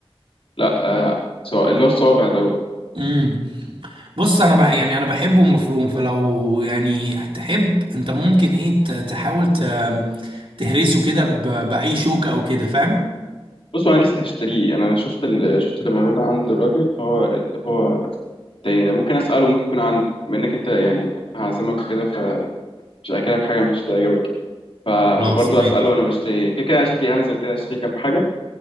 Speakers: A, on the left (about 65°); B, on the right (about 65°).
A: لا آه سواء اللي هو الصوابع دوت
B: امم بص انا بقى يعني انا بحبه مفروم فلو يعني تحب انت ممكن ايه ت- تحاول ت- تهرسه كده ب- باي شوكه او كده فاهم
A: بص انا لسه هشتريه انا أنا شفت ال... شفت اللي موجود عند الراجل فهو اللي هو التاني ده ممكن اساله ممكن يكون عنده بما انك انت يعني هعزمك وكده فمش هاكلك حاجه مش هتعجبك يعني فبرضه
B: خلاص ماشي
A: اساله انا بشتري كده كده أنا شكلي هنزل كده اشتري كام حاجه